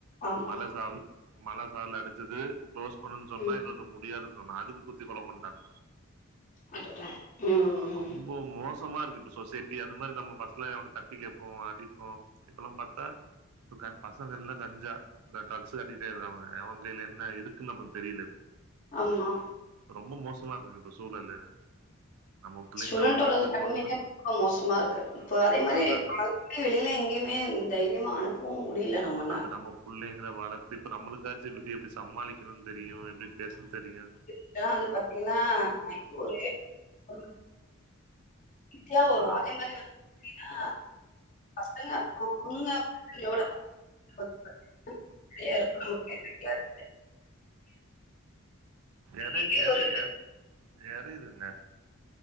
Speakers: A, on the left (about 35°); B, on the right (about 85°).
A: ஆமா
B: இந்த மலசால் மழசாரல் அடிச்சது க்ளோஸ் பண்ணுன் சொன்னா
A: ம்
B: இன்னொர்த்த முடியாதுன் சொன்னா அதுக்கு குத்தி கொல பண்டாங்
A: அடடா ம்
B: ஆ
A: ம்
B: ரொம்ப மோசமாருக்கு இப்ப சொசைட்டி அது மாரி நம்ம ஃபஸ்ட்லா எவனா தட்டி கேப்போ அடிப்போ இப்பல்லா பாத்தா டு க பசங்கள்லா கஞ்சா இந்த டிரக்ஸ்சுக்கு அடிக்ட்டு ஆயிர்றாவே எவே கைல என்ன இருக்குன்னு நமக்கு தெரில இப்
A: ஆமா
B: ரொம்ப மோசமா இருக்குது இப்ப சூழலு நம்ம புள்ளைங்கள
A: ஸ்டூடெண்டோட
B: வளத்து
A: <inaudible>
B: கொண்டு
A: ரொம்ப மோசமாருக்கு இப்போ அதே மாரி
B: அதா
A: க்கே வெளில எங்கிமே தைரியமா அனுப்பவு முடில நம்ம
B: அது நம்ம புள்ளைங்கள வளத் இப்ப நம்முளுக்காச்சு வெளிய எப்டி சமாளிக்றதுன் தெரியு எப்டி பேசுன் தெரியு
A: இதுலா வந் பாத் தினா நைட்டு ஒரு ஒரு மணி <inaudible> க்குலா வருவோ
B: ஆ
A: அதே மாரி வந்து பாத்தீன்னா பசங்க பொண்ணுங்க <inaudible> எவ்ளோ <inaudible>
B: எறை
A: இங்கே
B: எறை
A: ஒரு
B: எ எறையிதுங்க